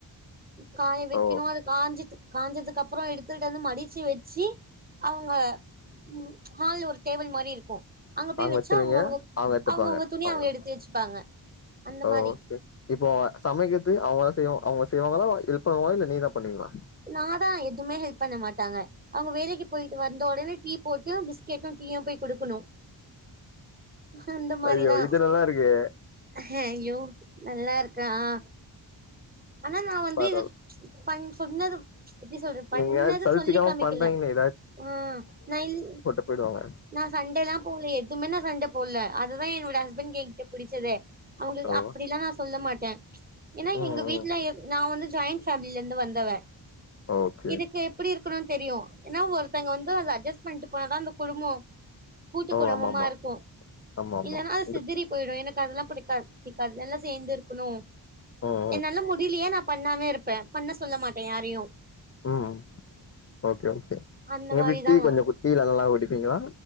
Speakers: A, on the right (about 20°); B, on the left (about 35°).
A: காய வைக்கணு
B: ஓ
A: அத காஞ்சிட்டு காஞ்சதுக்கு அப்பறோ எடுத்துட்டு வந்து மடிச்சி வச்சி அவுங்க உ ஹால்ல ஒரு டேபிள் மாரி இருக்கும் அங்க போய்
B: அவங்க
A: வச்சா
B: வச்சிருவீங்க
A: அவுங்க அவுங்க
B: அவங்க எத்துப்பாங்க
A: அவுங்கவுங்க துணி
B: அவங்க
A: அவுங்க எடுத்து வச்சுப்பாங்க அந்த
B: ஓ
A: மாரி
B: ஓகே இப்போ சமைக்கிறது அவுங்க செய்வ அவங்க செய்வாங்களா இருப்பாங்களா இல்ல நீ தான் பண்ணுவிங்களா
A: நாதா எதுமே ஹெல்ப் பண்ண மாட்டாங்க அவுங்க வேலைக்கு போய்ட்டு வந்த உடனே டீ போட்டு பிஸ்கெட்டு டீயு போய் குடுக்கணு அந்த மாரிதா
B: ஐயோ இது நல்லா இருக்கே
A: ஹையோ நல்லா இருக்கா ஆ ஆனா நான் வந்து
B: பரவால
A: இது பண் சொன்னது எப்டி சொல்றேன் பண்ணத
B: நீங்க சலிச்சிக்காம
A: சொல்லி காமிக்கல
B: பண்றீங்களே
A: ஆ நா ல்
B: போய்டுவாங்க
A: நா சண்டல்லா போல்லயே எதுமே நா சண்ட போல்ல அதுதா என்னோட ஹஸ்பண்ட் என்கிட்ட புடிச்சதே அவ்ங்க
B: ஓ
A: அப்டிலா நா சொல்ல மாட்ட ஏன்னா
B: ம்
A: எங்க வீட்ல
B: ம்
A: எப் ந நா வந்து ஜாயிண்ட் ஃபேமிலியிலிருந்து வந்தவ
B: ஓகே
A: இதுக்கு எப்டி இருக்கணுன்னு தெரியு ஏன்னா ஒருத்தங்க வந்து அத அட்ஜஸ்ட் பண்ணிட்டு போனாதா அந்த குடும்போ கூட்டுக்குடும்பமா
B: ஓ ஆமா ஆமா
A: இருக்கு
B: ஆமா ஆமா
A: இல்லன்னாஸ்
B: இது
A: சிதிறி போய்டு எனக்கு அதெல்லா புடிக்காது புடிக்காது எல்லா சேர்ந்து இருக்கணு
B: ம்
A: என்னால முடிலையா நா பண்ணாம இருப்ப பண்ண சொல்ல மாட்ட யாரையு
B: ம் ஓகே ஓகே
A: அந்த
B: எப்டி
A: மாரிதா
B: டீ
A: நா
B: கொஞ்சோ கு டீ நல்லா குடிப்பீங்களா